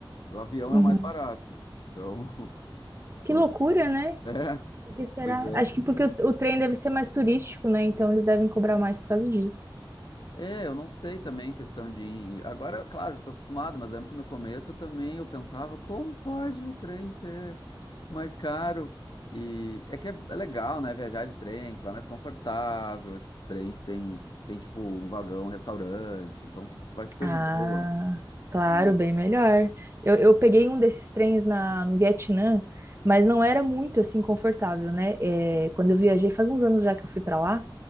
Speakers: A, on the left; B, on the right.
A: O avião
B: Uhum.
A: é o mais barato. Então, <laughs>
B: Que
A: o-
B: loucura, né?
A: é,
B: Porque será?
A: pois é.
B: Acho que porque o, o trem deve ser mais turístico, né? Então eles devem cobrar mais por causa disso.
A: É, eu não sei também questão de. ir- Agora, claro, já estou acostumado, mas lembro que no começo eu também eu pensava, como pode o trem ser mais caro? E é que é é legal, né? Viajar de trem, tu vai mais confortável. Esses trens têm, tem tipo um vagão, um restaurante, então tu, tu vai super
B: Ah,
A: de boa,
B: claro,
A: né?
B: bem melhor. Eu, eu peguei um desses trens na, no Vietnã, mas não era muito assim confortável, né? É, quando eu viajei, faz uns anos já que eu fui para lá,